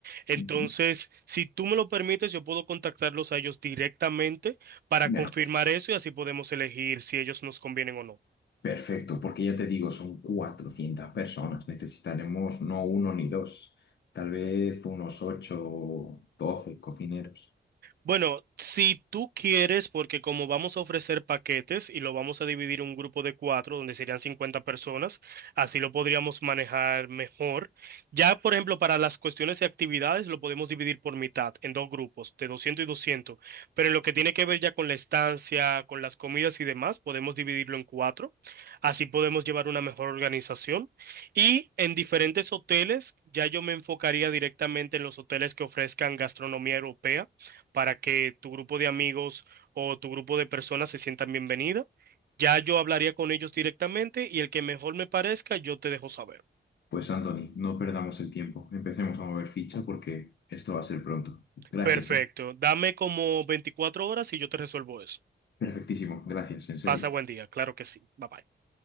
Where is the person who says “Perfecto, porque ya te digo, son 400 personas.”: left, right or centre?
Left